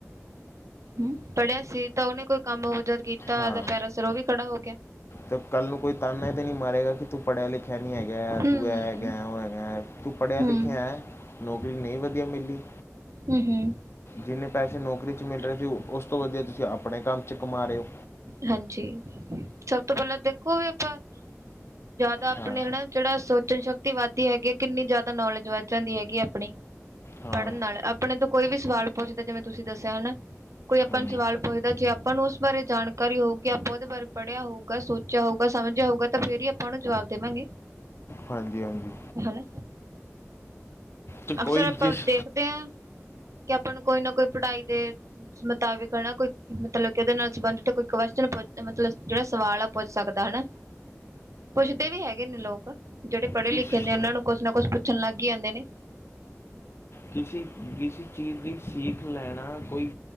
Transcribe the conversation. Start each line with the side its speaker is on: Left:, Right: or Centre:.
Right: ਹੰ ਪੜ੍ਹਿਆ ਸੀ ਤਾਂ ਉਹਨੇ ਕੋਈ ਕੰਮ ਹੋਰ ਜਦ ਕੀਤਾ
Left: ਹਾਂ
Right: ਉਹਦਾ ਪੈਰਾ ਸਿਰ ਉਹ ਵੀ ਖੜਾ ਹੋ ਗਿਆ।
Left: ਤੇ ਕੱਲ ਨੂੰ ਕੋਈ ਤਾਨੇ ਤੇ ਨਹੀਂ ਮਾਰੇਗਾ ਕਿ ਤੂੰ ਪੜ੍ਹਿਆ ਲਿਖਿਆ ਨੀ ਹੈਗਾ
Right: ਹੂੰ-ਹੂੰ।
Left: ਤੂੰ ਇਹ ਹੈਗਾ ਉਹ ਹੈਂਗਾ ਤੂੰ ਪੜ੍ਹਿਆ
Right: ਹੂੰ,
Left: ਲਿਖਿਆ ਹੈਂ ਨੌਕਰੀ ਨਹੀਂ ਵਦੀਆ ਮਿਲੀ
Right: ਹਮ-ਹਮ
Left: ਜਿੰਨੇ ਪੈਸੇ ਨੌਕਰੀ ਚ ਮਿਲ ਰਹੇ ਸੀ ਉਸ ਤੋਂ ਵਦੀਆ ਤੁਸੀਂ ਆਪਨੇ ਕਮ ਚ ਕਮਾ ਰਹੇ ਔ
Right: ਹਾਂਜੀ, ਸਭ ਤੋਂ ਪਹਿਲਾਂ ਦੇਖੋ ਵੀ ਆਪਾਂ, ਜ਼ਿਆਦਾ ਆਪਨੇ
Left: ਹਾਂ
Right: ਹੈਨਾ ਜਿਹੜਾ ਸੋਚਣ ਸ਼ਕਤੀ ਵੱਧਦੀ ਹੈਗੀ ਏ ਕਿੰਨੀ ਜ਼ਿਆਦਾ ਨੌਲੇਜ ਵੱਧ ਜਾਂਦੀ ਹੈਗੀ ਆਪਣੀ
Left: ਹਾਂ
Right: ਪੜ੍ਹਨ ਨਾਲ ਆਪਣੇ ਤੋਂ ਕੋਈ ਵੀ ਸਵਾਲ ਪੁੱਛਦਾ, ਜਿਵੇਂ ਤੁਸੀਂ ਦੱਸਿਆ ਹੈਨਾ ਕੋਈ ਆਪਾਂ
Left: ਹਾਂਜੀ
Right: ਨੂੰ ਸਵਾਲ ਪੁੱਛਦਾ ਜੇ ਆਪਾਂ ਨੂੰ ਉਸ ਬਾਰੇ ਜਾਣਕਾਰੀ ਹੋਊਗੀ। ਆਪਾਂ ਉਹਦੇ ਬਾਰੇ ਪੜ੍ਹਿਆ ਹੋਊਗਾ, ਸੋਚਿਆ ਹੋਊਗਾ, ਸਮਝਿਆ ਹੋਊਗਾ ਤਾਂ ਫਿਰ ਹੀ ਆਪਾਂ ਉਹਨੂੰ ਜਵਾਬ ਦੇਵਾਂਗੇ,
Left: ਹਾਂਜੀ ਹਾਂਜੀ
Right: ਹੈਨਾ
Left: ਤੇ
Right: ਅਕਸਰ,
Left: ਕੋਈ
Right: ਆਪਾਂ
Left: ਕਿਸ
Right: ਦੇਖਦੇ ਹਾਂ। ਕਿ, ਆਪਾਂ ਨੂੰ ਕੋਈ ਨਾ ਕੋਈ ਪੜ੍ਹਾਈ ਦੇ ਮੁਤਾਬਿਕ ਹੈਨਾ ਕੋਈ ਕਿਹਦੇ ਨਾਲ ਸੰਬੰਧਿਤ ਕੋਈ ਕੂਸ਼ਚਨ ਪੂਛਦਾ ਮਤਲਬ ਜਿਹੜਾ ਸਵਾਲ ਆ ਪੁੱਛ ਸਕਦਾ ਹੈਨਾ ਪੁੱਛਦੇ ਵੀ ਹੈਗੇ ਨੇ ਲੋਕ, ਜਿਹੜੇ ਪੜ੍ਹੇ
Left: ਕਿਸ
Right: ਲਿਖੇ ਨੇ ਉਹਨਾਂ ਨੂੰ ਕੁੱਛ ਨਾ ਕੁੱਛ ਪੁੱਛਣ ਲੱਗ ਈ ਜਾਂਦੇ ਨੇ
Left: ਕਿਸੀ ਕਿਸੀ ਚੀਜ਼ ਦੀ ਸੀਖ ਲੈਣਾ ਕੋਈ